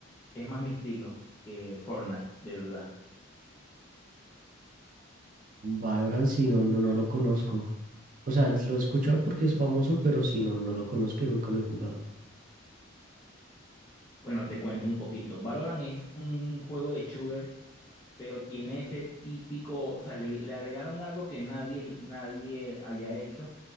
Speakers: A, on the left; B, on the right.
A: es más mi estilo que Fortnite, de verdad.
B: Valorant sí, no, no, no lo conozco. O sea, lo he escuchado porque es famoso, pero si no, no lo conozco y nunca lo he jugado.
A: Bueno, te cuento un poquito. Valorant es un juego de shooter, pero tiene ese típico, o sea, le, le agregaron algo que nadie, nadie había hecho